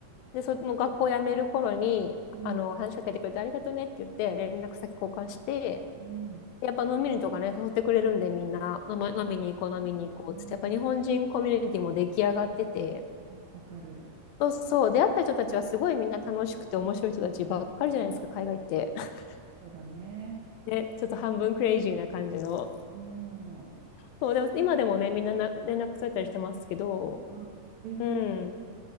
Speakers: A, on the left; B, on the right.
A: で、その学校辞める頃に、
B: うん。
A: あの、話しかけてくれてありがとうねって言って、連絡先交換して、
B: うん。
A: やっぱ飲みにとかね、誘ってくれるんで、みんな、飲み飲みに行こう、
B: そうだよね。
A: 飲みに行こうっつって、
B: うん。
A: やっぱ日本人コミュニティも出来上がってて、
B: うん。わかる。
A: そうそう、出会った人たちはすごいみんな楽しくて面白い人たちばっかりじゃないですか、海外って。<laughs>
B: そうだね。
A: ね、ちょっと半分クレイジーな感じの。
B: もう、
A: そう、でも今でもね、みんなな連絡されたりしてますけど、
B: 素敵。
A: うん、